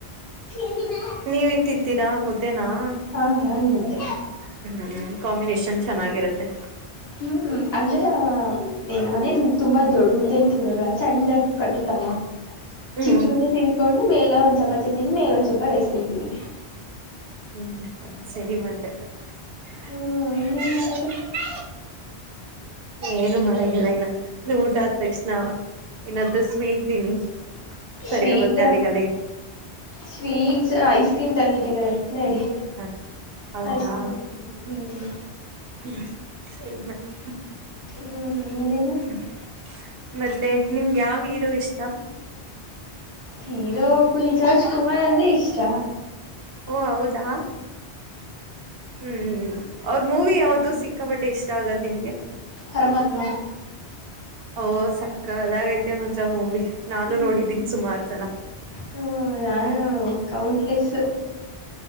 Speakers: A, on the left; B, on the right.
A: ಕಿನ <unintelligible>
B: ನೀವೇನ್ ತಿಂತೀರಾ? ಮುದ <unintelligible>
A: ಹ ನಾನ್ ಮುದ್ದೆ
B: ಹ್ಮ್ಮ ಕಂಬಿನಷ <unintelligible> <unintelligible> ಚೆನ್ನಾಗಿರುತ್ತೆ
A: ಹ್ಮ್, ಅಂದ್ರೆ ನಾನೇನ್ ತುಂಬಾ ದೊಡ್ದ ಮುದ್ಧೆ ಏನ್ ತಿನ್ನಲ್ಲ, ಸಣ್ಣದಾಗ್ ಕಟ್ಟುತ್ ಅಮ್ಮ
B: ಹ್ಮ್
A: ಚಿಕ್ ಮುದ್ಧೆ ತಿನ್ನಕೊಂಡ ಮೇಲೆ ಒಂದ್ ಚಪಾತಿ ತಿಂದ್, ಮೇಲೆ ಒಂದ್ ಸ್ವಲ್ಪ ರೈಸ್ ತಿಂತೀನಿ.
B: ಹ್ಮ್, ಸರಿ ಮತ್ತೆ <unintelligible>
A: ಹ್ಮ್ ಇನ್ನೇನ್ ಮಾಡೋದು
B: ಏನು ಮಾಡಂಗಿಲ್ಲ ಇನ ಅ <unintelligible> ಊಟ ಆದ ತಕ್ಷಣ ಏನಾದ್ರೂ ಸ್ವೀಟ್ ತಿನ್ನಿ. ಸರಿ
A: ಸ್ವೀಟ್
B: ಹೋಗುತ್ತೆ, ಅಲ್ಲಿಗೆ ಅಲ್ಲಿಗೆ
A: ಸ್ವೀಟ್ಸ್ ಐಸ್
B: <unintelligible>
A: ಕ್ರೀಮ್ ತಂದಿಟ್ಟಿದ್ದಾರೆ ಡ್ಯಾಡಿ
B: ಹ ಹೌದಾ
A: ಐಸ್ ಕ್ರೀಮ್ ಹ್ಮ್
B: <unintelligible> ಸರಿ ಮತ್ತ
A: ಹ್ಮ್
B: <unintelligible>
A: ಇನ್ನೇನು
B: ಮತ್ತೆ ನಿಮ್ದ <unintelligible> ಯಾವ ಹೀರೋ ಇಷ್ಟ <unintelligible> ತ್ತ
A: ಹೀರೋ ಪುನೀತ್ ರಾಜ್ ಕುಮಾರ್ ಅಂದ್ರೆ ಇಷ್ಟ ಚಾ
B: ಓ ಹೌದಾ ಹ್ಮ್ ಅವ್ರ ಮೂವಿ ಯಾವ್ದು ಸಿಕ್ಕಾ ಬಟ್ಟೆ ಇಷ್ಟ ಆಗದ್ ನಿಮ್ಗೆ
A: ಪರಮಾತ್ಮ
B: ಓ ಸಕ್ಕ ಸಕ್ಕತ್ತಾಗೈತೆ ಮಾತ್ರ ಮೂವಿ ನಾನು
A: ಹ್ಮ್
B: ನೋಡಿದ್ದೀನಿ ಸುಮಾರು ಸಲ
A: ಹ್ಮ ನಾನು ಕೌಂಟ್ಲೆಸ್ಸು